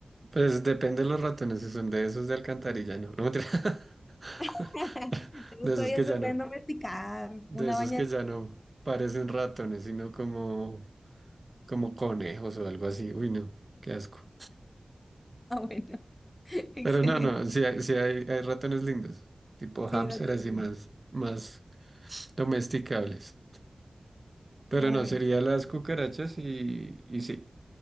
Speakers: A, on the right; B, on the left.
A: Pues depende de los ratones, si son de esos de alcantarilla, no, no mentira. <laughs>
B: <laughs> Esos
A: De esos
B: todavía
A: que
B: se
A: ya
B: pueden
A: no,
B: domesticar.
A: de
B: Una
A: esos
B: baña.
A: que ya no parecen ratones, sino como, como conejos o algo así. Uy, no, qué asco.
B: Ah, bueno, <laughs> excelente.
A: Pero no, no, sí, hay, sí hay, hay ratones lindos, tipo
B: Sí,
A: hámster,
B: el ratón
A: así
B: es lindo.
A: más, más domesticables. Pero
B: Ah,
A: no,
B: bueno.
A: sería las cucarachas y, y sí.